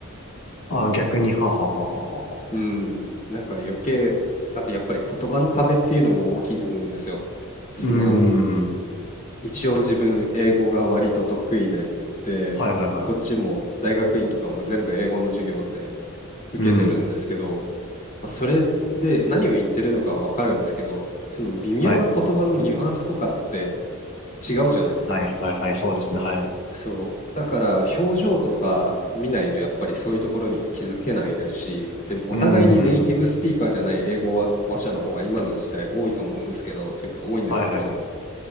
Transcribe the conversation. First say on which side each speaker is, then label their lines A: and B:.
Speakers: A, on the left; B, on the left.
A: あ、逆に、はははははは。
B: うん。なんか余計、あとやっぱり言葉の壁っていうのも大きいと思うんですよ。その、
A: うーん。
B: 一応自分英語が割と得意で、で、
A: はいはいはい。
B: こっちも大学院とかも全部英語の授業で受けてるんですけど、
A: うん。
B: まあ、それで何を言ってるのかはわかるんですけど、その微妙な言葉のニュアンスとかって
A: はい。
B: 違うじゃないですか。
A: はいはいはい。そうですね。はい。
B: そう。だから表情とか見ないとやっぱりそういうところには気づけないですし、でもお互いにネイティブスピーカーじゃない英語話者の方が今の時代多いと思うんですけど、
A: うーん。
B: というか多いんですけど、
A: はいはいはい。